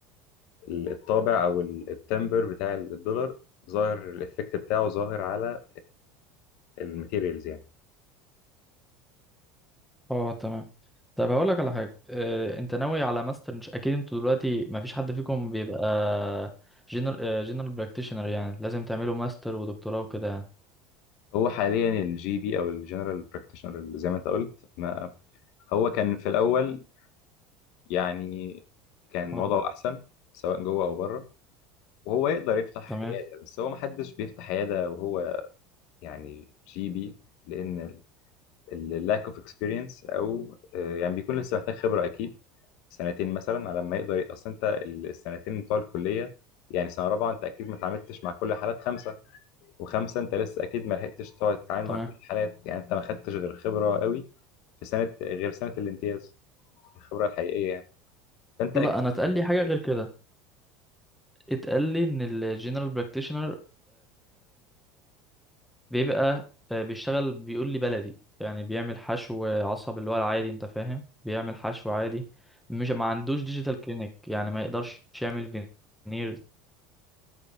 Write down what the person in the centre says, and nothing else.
اه تمام طب هقول لك على حاجه اه انت ناوي على ماستر مش اكيد انتوا دلوقتي ما فيش حد فيكم بيبقى جنرال جنرال براكتيشنر يعني لازم تعملوا ماستر ودكتوراه وكده يعني
اه
تمام
تمام
لا
انا اتقال
لي حاجه غير كده اتقال لي ان الجنرال براكتيشنر بيبقى آه، بيشتغل بيقول لي بلدي يعني بيعمل حشو عصب اللي هو العادي انت فاهم بيعمل حشو عادي مش ما عندوش ديجيتال كلينيك يعني ما يقدرش يعمل فينير